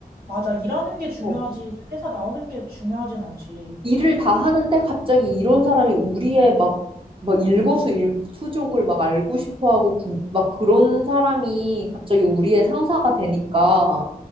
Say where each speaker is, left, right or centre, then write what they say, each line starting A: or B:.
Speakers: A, on the right (about 80°); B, on the right (about 35°).
A: 맞아. 일하는 게 중요하지.
B: 어,
A: 회사 나오는 게 중요하진 않지.
B: 일을 다 하는데 갑자기 이런 사람이 우리의 막, 막 일거수일투족을 막 알고 싶어 하고 구- 막 그런 사람이 갑자기 우리의 상사가 되니까